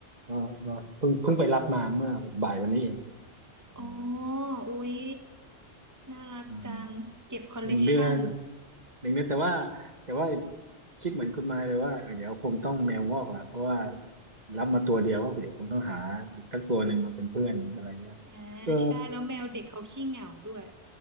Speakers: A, on the right (about 40°); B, on the right (about 15°).
A: ก็ก็เพิ่งเพิ่งไปรับมาเมื่อบ่ายวันนี้เอง อืม
B: โอ้อุ๊ยน่ารักจังเก็บคอลเลกชัน
A: อืมหนึ่งเดือนหนึ่งเดือนแต่ว่าแต่ว่าคิดเหมือนคุณมายเลยว่าเออเดี๋ยวคงต้องแมวงอกแหละเพราะว่ารับมาตัวเดียวก็เดี๋ยวคงต้องหาอีกสักตัวหนึ่งมาเป็นเพื่อนอะไรเงี้ย
B: อ่าใช่
A: เออ
B: แล้วแมวเด็กเขาขี้เหงาด้วย